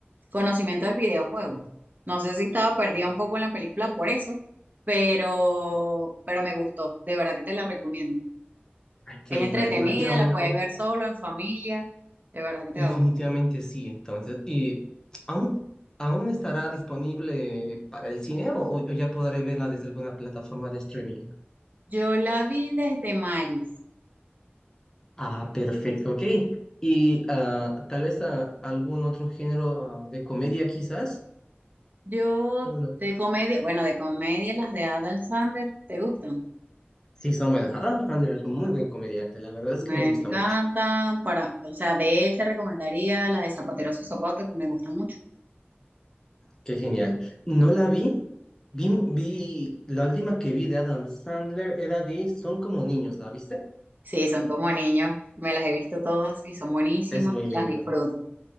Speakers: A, on the right; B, on the left.
A: conocimiento del videojuego. No sé si estaba perdida un poco en la película por eso, pero, pero me gustó. De verdad que te la recomiendo.
B: Ay, qué
A: Es
B: lindo,
A: entretenida,
B: definitivamente,
A: la puedes ver solo, en familia. De verdad que te
B: definitivamente
A: va a gustar.
B: sí. Entonces, ¿y aún, aún estará disponible para el cine o, o ya podré verla desde alguna plataforma de streaming?
A: Yo la vi desde Magis.
B: Ah, perfecto, ok. Y ah, tal vez ah, algún otro género ah, de comedia, quizás.
A: Yo
B: Ah, Bueno,
A: de comedia, bueno, de comedia las de Adam Sandler, ¿te gustan?
B: sí, son buenas. Adam Sandler es un muy buen comediante, la verdad es
A: Me
B: que me gusta
A: encantan.
B: mucho.
A: Para, o sea, de él te recomendaría la de Zapatero a su zapato, que me gusta mucho.
B: Qué genial. No la vi. Vi, vi, la última que vi de Adam Sandler era de Son como niños, ¿la viste?
A: Sí, son como niños. Me las he visto todas y son buenísimas.
B: Es muy linda.
A: Las disfruto.